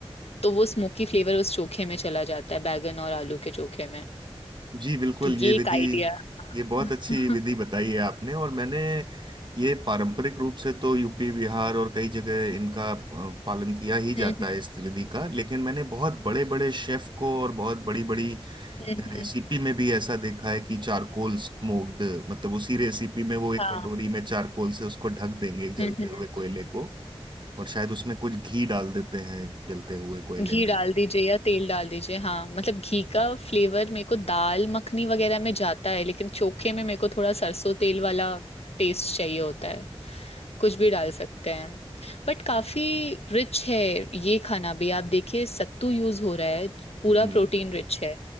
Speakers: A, on the left (about 75°); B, on the right (about 50°).
A: तो वो स्मोकी फ्लेवर उस चोखे में चला जाता है बैगन और आलू के चोखे में
B: जी बिल्कुल
A: तो ये
B: ये विधि
A: एक आइडिया
B: ये बहुत अच्छी
A: <laughs> हम्म
B: विधि बताई है आपने और मैंने ये पारंपरिक रूप से तो यूपी बिहार और कई जगह इनका अ, पालन किया ही जाता
A: हम्म
B: है इस विधि का लेकिन मैंने बहुत बड़े बड़े शेफ को और बहुत बड़ी बड़ी
A: हम्म
B: रेसिपी
A: हम्म,
B: में भी ऐसा देखा है कि चारकोल स्मोक्ड मतलब उसी रेसिपी में वो एक
A: हाँ
B: कटोरी में चारकोल से उसको ढक देंगे एक जलते
A: हम्म हम्म
B: हुए कोयले को और शायद उसमें कुछ घी डाल देते हैं जलते हुए कोयले
A: घी
B: में
A: डाल दीजिए या तेल डाल दीजिए हाँ मतलब घी का फ्लेवर मेरे को दाल मखनी वगैरह में जाता है लेकिन चोखे में मेरे को थोड़ा सरसों तेल वाला टेस्ट चाहिए होता है कुछ भी डाल सकते हैं बट काफी रिच है ये खाना भी आप देखिए सत्तू यूज हो रहा है पूरा
B: जी
A: प्रोटीन रिच है